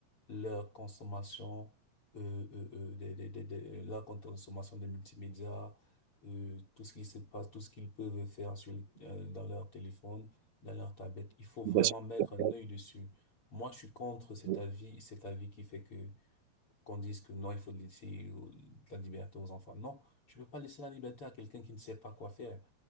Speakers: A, on the left; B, on the right.
A: leur consommation, euh, euh, euh, des, des, des, des- euh, leur consommation des multimédias, euh, tout ce qui se passe, tout ce qu'ils peuvent faire sur, euh, dans leur téléphone, dans leur tablette. Il faut vraiment
B: L'utilisation
A: mettre
B: du Internet,
A: un œil dessus. Moi, je suis contre cet
B: oui.
A: avis, cet avis qui fait que qu'on dise que non, il faut laisser euh, la liberté aux enfants. Non, tu peux pas laisser la liberté à quelqu'un qui ne sait pas quoi faire.